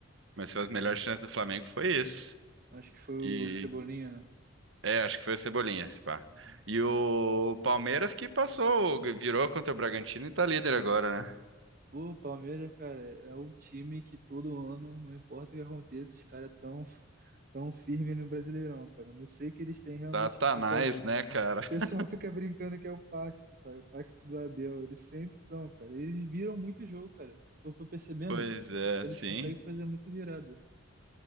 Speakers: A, on the right (about 60°); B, on the right (about 40°).
A: mas foi as melhores chances do Flamengo foi isso.
B: Acho que foi o
A: E
B: Cebolinha, né?
A: é, acho que foi o Cebolinha, esse pá.
B: Uhum.
A: E o Palmeiras que passou, virou contra o Bragantino e tá líder agora, né?
B: Pô, o Palmeiras, cara, é o time que todo ano, não importa o que aconteça, os caras tão, <laughs> tão firme no Brasileirão, cara. Eu Não sei que eles têm realmente.
A: Satanás,
B: O pessoal, o
A: né, cara? <laughs>
B: pessoal <laughs> fica brincando que é o pacto, cara. O pacto do Abel. Eles sempre estão, cara. Eles viram muito jogo, cara. Se for for percebendo,
A: Pois é,
B: eles
A: sim.
B: conseguem fazer muita virada.